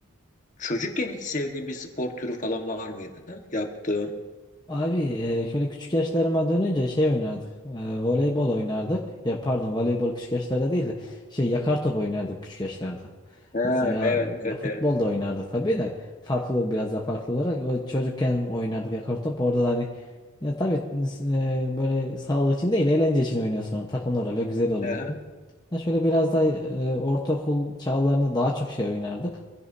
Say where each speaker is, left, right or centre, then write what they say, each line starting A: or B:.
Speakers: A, on the left; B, on the left.
A: çocukken hiç sevdiğin bir spor türü falan var mıydı? ha? Yaptığın?
B: Abi e, şöyle küçük yaşlarıma dönünce şey oynardık. e, voleybol oynardık. Ya pardon voleybol küçük yaşlarda değil de şey yakar top oynardık küçük yaşlarda.
A: Ha,
B: Mesela
A: evet, evet,
B: ya futbol
A: evet.
B: da oynardık tabii de farklı biraz daha farklı olarak o çocukken oynardık yakar top. Orada da hani ya tabii e, böyle sağlık için değil eğlence için oynuyorsun. Takımlar öyle güzel oluyordu.
A: Aha.
B: Ya şöyle biraz daha e, ortaokul çağlarında daha çok şey oynardık.